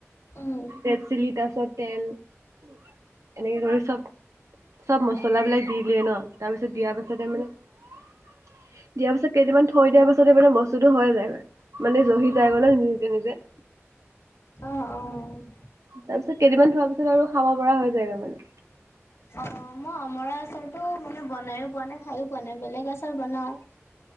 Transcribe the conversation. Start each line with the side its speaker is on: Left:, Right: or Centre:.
Left: উম উম
Right: ৰেড চিলি তাৰ পিছত তেল এনেকে কৰি চব চব মছলাবিলাক দি দিয়ে ন' তাৰ পিছত দিয়া পাছতে মানে দিয়াৰ পিছত কেইদিনমান থৈ দিয়া পাছত মানে বস্তুতটো হৈয়ে যায় মান মানে জহি
Left: উম
Right: যায় গৈ ন নিজে নিজে
Left: অ' অ'
Right: তাৰপিছত কেইদিনমান থোৱাৰ পিছত আৰু খাব পৰা হৈ যায়গৈ মানে
Left: অ' মই অমৰা আচাৰতো মানে বনাইো পোৱা নাই খায়ো পোৱা নাই বেলেগ আচাৰ বনাও।